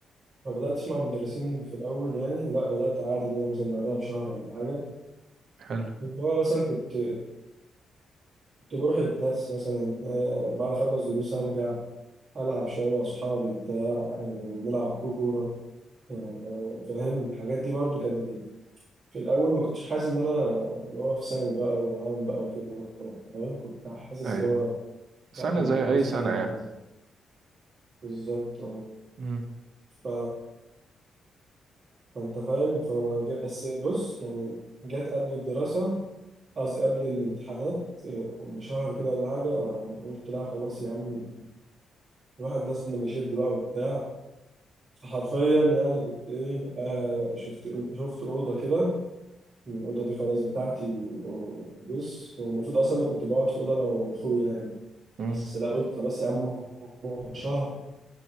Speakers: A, on the right; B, on the right.
A: ما بدأتش مع مدرسين في الأول يعني لا بدأت عادي كده مثلا بعدها بشهر ولا حاجة
B: حلو
A: اللي هو مثلا كنت كنت بروح الدرس مثلا آه، بعد أخلص دروس أرجع ألعب شوية مع أصحابي بتاع آه، نلعب كورة آه، فاهم الحاجات دي برضو كانت بت- في الأول ما كنتش حاسس إن أنا اللي هو في ثانوي بقى وعام بقى وكده فاهم كنت حاسس
B: أيوة
A: اللي هو
B: سنة
A: لا أنا
B: زي
A: بتبسط
B: أي سنة
A: يعني
B: يعني
A: كده بالظبط أه
B: مم.
A: ف... فأنت فاهم فج- بس بص يعني جت قبل الدراسة قصدي قبل الامتحانات آه، بشهر كده ولا حاجة آه، قلت لا خلاص يا عم الواحد لازم نشد بقى وبتاع فحرفيا يعني كنت ايه آه شفت شفت اوضه كده والاوضه دي خلاص بتاعتي وبص هو المفروض اصلا انا كنت بقعد في اوضه انا واخويا يعني
B: مم.
A: بس لا قلت خلاص يا عم هو شهر